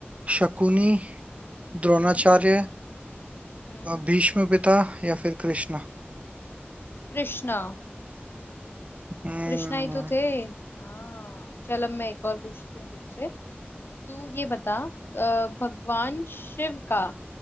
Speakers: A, on the right; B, on the left.
A: शकुनी द्रोणाचार्य
B: हम्म हम्म
A: अ, भीष्म पिता या फिर कृष्णा
B: कृष्णा
A: हम्म
B: कृष्णा ही तो थे हाँ चल अब मैं एक और पूछती हूँ तुझसे तू ये बता अ, भगवान शिव का